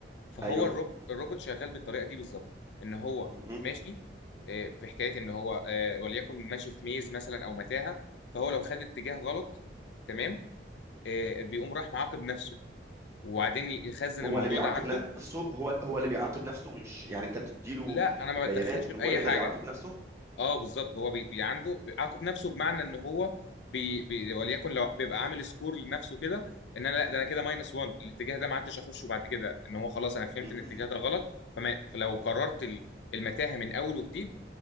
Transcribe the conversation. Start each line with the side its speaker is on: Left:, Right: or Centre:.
Left: فهو
Right: ايوه
Left: الروب... الروبوت شغال بالطريقه دي بالظبط ان هو
Right: م-
Left: ماشي
Right: م.
Left: آه، في حكايه ان هو آه، وليكن ماشي في ميز مثلا او متاهه فهو لو خد اتجاه غلط تمام آه، بيقوم راح معاقب نفسه وبعدين يخزن
Right: هو
Left: الموضوع
Right: اللي بيعاقب
Left: ده عنده
Right: نفسه هو هو اللي بيعاقب نفسه مش يعني انت بتديله
Left: لا انا ما
Right: بيانات
Left: بتدخلش
Right: ان
Left: باي
Right: هو يقدر
Left: حاجه
Right: يعاقب نفسه
Left: اه بالظبط هو بي بي عنده بيعاقب نفسه بمعنى ان هو بي بي وليكن لو بيبقى عامل سكور لنفسه كده ان انا لا ده انا كده ماينس 1 الاتجاه ده ما عدتش اخشه بعد كده ان هو خلاص انا فهمت
Right: م-
Left: ان الاتجاه
Right: م.
Left: ده غلط فما فلو قررت ال- المتاهه من اول وجديد